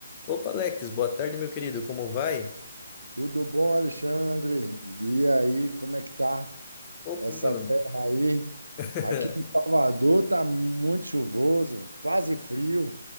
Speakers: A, on the left; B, on the right.
A: Opa, Alex, boa tarde, meu querido, como vai?
B: Tudo bom, Alexandre? E aí, como é que tá
A: Opa,
B: essa
A: mano,
B: terra aí?
A: <laughs>
B: Aqui em Salvador tá muito chuvoso, quase frio.